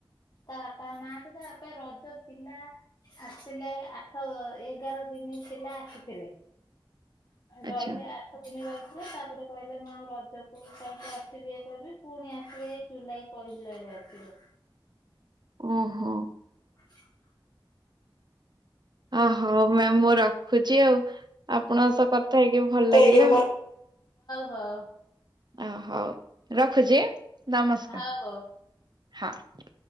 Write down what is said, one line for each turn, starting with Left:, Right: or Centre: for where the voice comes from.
Left: ତା ବାପା ନାହାନ୍ତି। ତା ବାପା ରଜ ଥିଲା ଆସିଥିଲେ ଆଠ ଏଗାର ଦିନି ଥିଲା ଆସିଥିଲେ। ରହିଲେ
Right: ଆଚ୍ଛା।
Left: ଆ ଆଠ ଦିନି ରହିଥିଲେ ତାପରେ କହିଲେ ମା ଆଉ ରଜକୁ କାହିଁକି ଆସିବି। ଇଏ କରିବି ପୁଣି ଆ ଏଇ ଜୁଲାଇ ପହିଲାରେ ଆସିବେ।
Right: ଓହୋ।
Left: <inaudible>
Right: ଓହୋ ମ୍ୟାାମ ମୁଁ ରଖୁଛି। ଆଉ ଆପଣଙ୍କ ସହ କଥା ହେଇକି ଭଲ
Left: ହଉ
Right: ଲାଗିଲା
Left: ହଉ।
Right: ଓ ହଉ ରଖୁଛି ଆଁ ନମସ୍କାର
Left: ହଉ ହଉ।
Right: ହଁ।